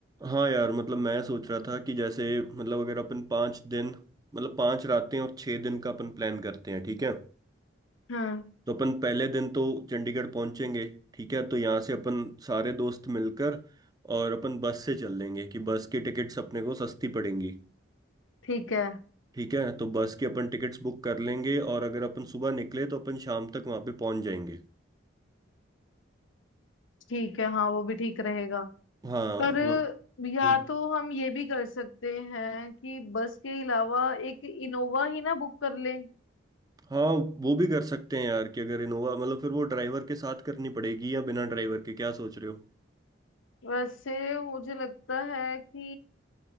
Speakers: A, on the right; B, on the left.
A: हाँ यार मतलब मैं सोच रहा था कि जैसे मतलब अगर अपन पाँच दिन मतलब पाँच रातें और छः दिन का अपन प्लान करते हैं ठीक है
B: हाँ
A: तो अपन पहले दिन तो चंडीगढ़ पहुंचेंगे ठीक है तो यहाँ से अपन सारे दोस्त मिलकर और अपन बस से चल लेंगे कि बस की टिकट्स अपने को सस्ती पड़ेंगी
B: ठीक है
A: ठीक है तो बस की अपन टिकट्स बुक कर लेंगे और अगर अपन सुबह निकले तो अपन शाम तक वहाँ पे पहुंच जाएंगे
B: ठीक है हाँ वो भी ठीक रहेगा
A: हाँ
B: पर
A: और-
B: या
A: हम्म,
B: तो हम ये भी कर सकते हैं कि बस के अलावा एक इनोवा ही ना बुक कर लें
A: हाँ वो भी कर सकते हैं यार कि अगर इनोवा मतलब फिर वो ड्राइवर के साथ करनी पड़ेगी या बिना ड्राइवर के क्या सोच रहे हो
B: वैसे मुझे लगता है कि